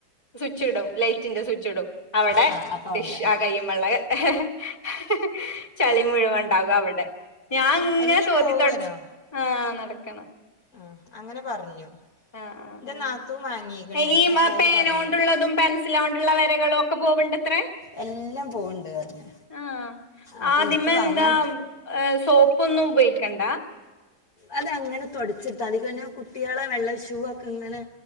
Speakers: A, on the left; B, on the left.
A: സ്വിച്ച് ഇടും ലൈറ്റിന്റെ സ്വിച്ച് ഇടും അവിടെ
B: ആ അപ്പൊ
A: ഡിഷ്
B: അവിടെ
A: ആ കയ്യ്മ്മള്ളെ ഹ് ഹ് ഹ് ഹ് ഹ് ചളി മുഴുവണ്ടാകും അവിടെ ഞാൻ ങ്ങനെ
B: എല്ലാം
A: തോത്തിത്തൊട്ച്ച്
B: പോവരോ
A: ആഹ നടക്കണം.
B: ആ അങ്ങനെ പറഞ്ഞു.
A: ആഹ ആഹ
B: എന്റെ
A: ആഹ
B: നാത്തൂൻ വാങ്ങീക്കണ്
A: ഈ മ
B: അപ്പോ ഓള്
A: പേനോണ്ടുള്ളതും
B: പറഞ്ഞു
A: പെൻസിലോ ണ്ടുള്ള വരകളോ ക്കെ പോവണ്ടത്രേ
B: എല്ലാം പോവണ്ട് പറഞ്ഞു
A: ആഹ്
B: അപ്പൊ
A: ആദ്യമേ
B: എനിക്ക് വാങ്ങാൻ
A: എന്താ സോപ്പൊന്നും ഉപയോഗിക്കണ്ടാ
B: അത് അങ്ങനെ തുടച്ചിടുത്താതി പിന്നെ കുട്ടികളെ വെള്ള ഷൂ ഒക്കെ ഇങ്ങനെ